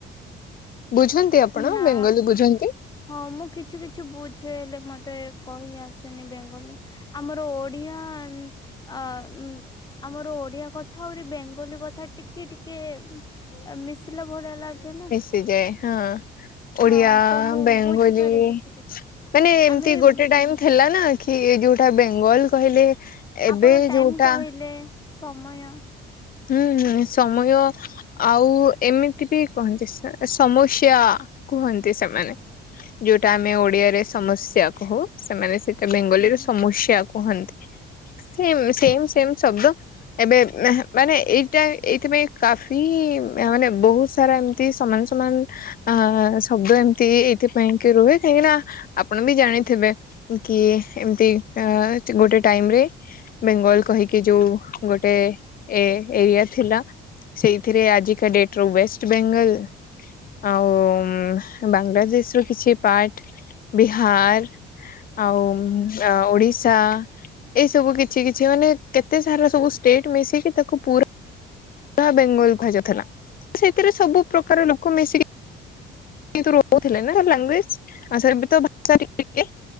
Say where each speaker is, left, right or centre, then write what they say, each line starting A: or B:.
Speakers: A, on the left; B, on the left.
A: ବୁଝନ୍ତି, ଆପଣ
B: ନା
A: ବେଙ୍ଗଲୀ ବୁଝନ୍ତି?
B: ହଁ, ମୁଁ କିଛି କିଛି ବୁଝେ, ହେଲେ ମତେ କହି ଆସେନି ବେଙ୍ଗଲୀ। ଆମର ଓଡ୍ ଓଡିଆ ଆନ୍-ଆ-ଉମ୍-ଆମର ଓଡିଆ କଥ୍ ଥାହୁରି ବେଙ୍ଗଲୀ କଥା ଟିକେ ଟିକେ ଉ ମିଶିଲା ଭଳିଆ ଲାଗେ ନା।
A: ସି ଯାଏ ହଁ, ଓଡ଼ିଆ-ଆ,
B: ହଁ ତ ମୁଁ
A: ବେଙ୍ଗୋଲି
B: ବୁଝିପାରେ କିଛି କିଛି।
A: ମାନେ ଏମିତି
B: ଆମେ
A: ଗୋଟେ
B: ଉଁ
A: ଟାଇମ୍ ଥିଲା ନା, କି ଯୋଉଟା ବେଙ୍ଗଲ୍ କହିଲେ ଏବେ
B: ଆପଣ ଟାଇମ୍
A: ଯୋଉଟା
B: କହିଲେ ସମୟ।
A: ହୁଁ, ହଁ ସମୟ। ଆଉ, ଏମିତି ବି କହନ୍ତି, ସ-ସମୁସ୍ୟା କୁହନ୍ତି ସେମାନେ। ଯୋଉଟା ଆମେ ଓଡିଆରେ ସମସ୍ୟା କହୁ। ସେମାନେ ସେଇଟା ବେଙ୍ଗଲୀ
B: ହୁଁ
A: ରେ ସ ସମୁସ୍ୟା କୁହନ୍ତି। ସେ ସେମ୍
B: ହୁଁ
A: ସେମ୍ ଶବ୍ଦ ଏବେ ମେହେ ମାନେ, ଏଇଟା ଏଇଥିପାଇଁ କାଫି ମାନେ ବହୁତ ସାରା ଏମିତି ସମାନ ସମାନ ଆ ଶବ୍ଦ ଏମିତି ଏଇଥିପାଇଁ କି ରୁହେ, କାହିଁକି ନା ଆପଣ ବି ଜାଣିଥିବେ। କି ଏମତି ଅ ଗୋଟେ ଟାଇମ୍ ରେ ବେଙ୍ଗଲ୍ କହିକି ଯୋଉ ଗୋଟେ ଏ ଏଇଆ ଥିଲା। ସେଇଥିରେ ଆଜିକା ଡେଟ୍ ର ୱେଷ୍ଟ ବେଙ୍ଗଲ୍ ଆଉ-ଉଁ ବାଂଲାଦେଶର କିଛି ପାର୍ଟ ବିହାର ଆଉ-ଉଁ ଆ ଓଡ଼ିଶା ଏଇ ସବୁ କିଛି କିଛି ମାନେ, କେତେ ସାରା ସବୁ ଷ୍ଟେଟ୍ ମିଶିକି ତାକୁ ପୁରା ବା ବେଙ୍ଗଲ କୁହାଯାଉଥିଲା। ସେଥିରେ ସବୁ ପ୍ରକାର ଲୋକ ମିଶିକି କିନ୍ତୁ ରହୁଥିଲେ ନା, ଲାଙ୍ଗୁଏଜ୍ ଆଉ ସେରାବିତ ଭାଷା ଟିକେ ଟିକେ